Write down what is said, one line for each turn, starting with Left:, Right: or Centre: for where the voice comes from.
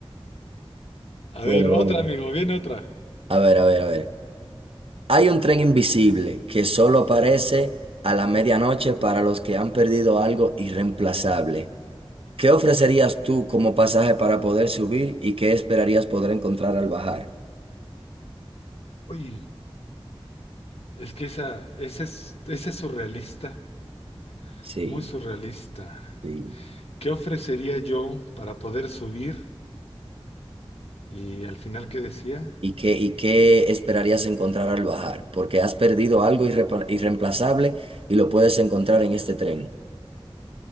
Left: A
Right: Bueno,
Left: ver, otra,
Right: bueno.
Left: amigo, viene otra.
Right: A ver, a ver, a ver. Hay un tren invisible que solo aparece a la medianoche para los que han perdido algo irreemplazable. ¿Qué ofrecerías tú como pasaje para poder subir y qué esperarías poder encontrar al bajar?
Left: Uy, es que esa, esa es, esa es surrealista,
Right: Sí,
Left: muy surrealista.
Right: sí.
Left: ¿Qué ofrecería yo para poder subir? Y al final, ¿qué decía?
Right: ¿Y qué, y qué esperarías encontrar al bajar? Porque has perdido algo irrepa- irreemplazable y lo puedes encontrar en este tren.